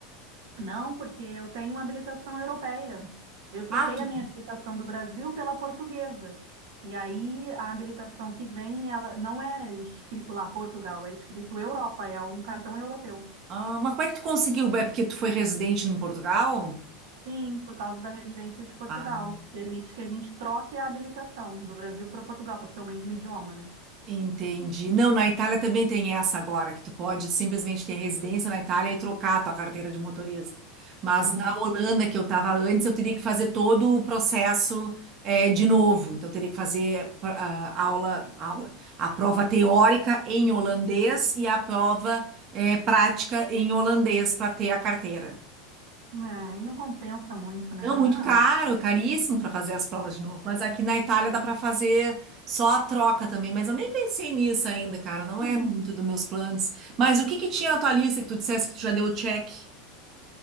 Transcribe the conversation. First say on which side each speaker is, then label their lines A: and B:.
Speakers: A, on the right; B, on the right.
A: Não, porque eu tenho uma habilitação europeia. Eu troquei
B: Ah, tu...
A: a minha habilitação do Brasil pela portuguesa. E aí a habilitação que vem, ela não é escrito lá Portugal, é escrito Europa, é um cartão europeu.
B: ah, mas como é que tu conseguiu? É porque tu foi residente em Portugal?
A: Sim, por causa da residência de Portugal.
B: Ah,
A: Permite que a gente troque a habilitação do Brasil para Portugal, por ser o mesmo idioma, né?
B: Entendi. Não, na Itália também tem essa agora, que tu pode simplesmente ter residência na Itália e trocar a tua carteira de motorista. Mas
A: Hum,
B: na Holanda, que eu estava antes, eu teria que fazer todo o processo eh, de novo. Então, eu teria que fazer ah, aula, aula, a prova teórica em holandês e a prova eh, prática em holandês para ter a carteira.
A: é, e não compensa muito, né?
B: Não, muito
A: Não.
B: caro, caríssimo para fazer as provas de novo. Mas aqui na Itália dá para fazer só a troca também. Mas eu nem pensei nisso ainda, cara. Não
A: Hum.
B: é muito dos meus planos. Mas o que que tinha na tua lista que tu dissesse que tu já deu o check?